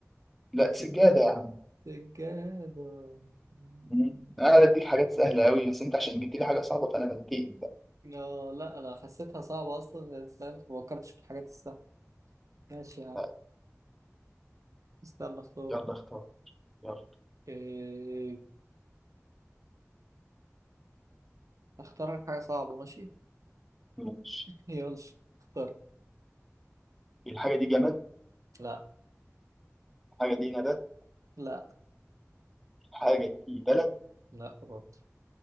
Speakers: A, in the centre; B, on the right.
A: لا
B: حاجة بتتلف
A: سجاده يا عم
B: سجادة مم.
A: مم. انا قاعد اديك حاجات سهله قوي بس انت عشان جبت لي حاجه صعبه فانا بنتقم بقى
B: آه لا أنا حسيتها صعبة أصلا يعني فاهم؟ ما فكرتش في الحاجات السهلة ماشي يا عم
A: طيب،
B: استنى اختار
A: يلا اختار يلا
B: إيه، اختار لك حاجة صعبة ماشي
A: ماشي
B: <laughs> يلا اختار
A: الحاجه دي جماد
B: لا
A: الحاجه دي نبات
B: لا
A: الحاجه دي بلد
B: لا برضه